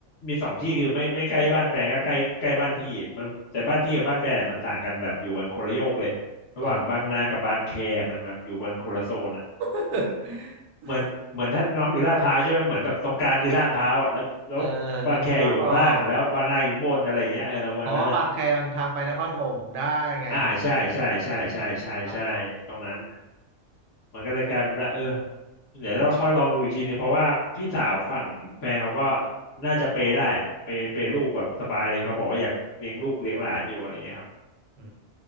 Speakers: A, on the left; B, on the right.
A: มีสองที่คือไม่ไม่ใกล้บ้านแฟนก็ใกล้ใกล้บ้านพี่มันแต่บ้านพี่กับบ้านแฟนเนี่ยมันต่างกันแบบอยู่กันคนละโยกเลยระหว่างบางนากับบางแคมันแบบอยู่กันคนละโซนอะ
B: อ๋อเหรอ <laughs>
A: เหมือนเหมือนถ้าน้องอยู่ลาดพร้าวใช่ไหมเหมือนแบบตรงกลางคือลาดพร้าวอ่ะแล้วแล้วบางแคอยู่ข้างล่างอะแล้วบางนาอยู่ข้างบนอะไรอย่างเงี้ยเออแล้ววันนั้นอ่ะ
B: เออนึกว่าออก เพราะว่าบางแคมันทางไปนครปฐมได้ไง
A: อ่าใช่ใช่ใช่ใช่ใช่ใช่ตรงนั้น
B: เออผมผ่านบ่อย
A: มันก็เลยกลายเป็นว่าเออเดี๋ยวเราค่อยลองดูอีกทีหนึ่งเพราะว่าพี่สาวฝั่งแฟนเขาก็น่าจะเปย์ได้อะเปย์เปย์ลูกแบบสบายเลยเขาบอกว่าอยากเลี้ยงลูกเลี้ยงหลานอยู่อะไรอย่างเงี้ยครับ
B: อื